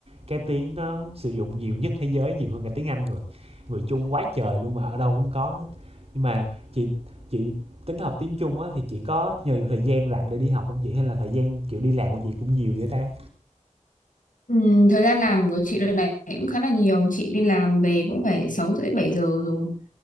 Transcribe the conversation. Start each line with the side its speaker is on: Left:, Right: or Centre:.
Right: cái tiếng nó sử dụng nhiều nhất thế giới, nhiều hơn cả tiếng Anh rồi. Người Trung quá trời luôn mà ở đâu cũng có hết. Nhưng mà chị chị tính học tiếng Trung á thì chị có nhiều thời gian rảnh để đi học không chị hay là thời gian kiểu đi làm của chị cũng nhiều vậy ta?
Left: Ừ, thời gian làm của chị đợt này cũng khá là nhiều chị đi làm về cũng phải sáu rưỡi bảy giờ rồi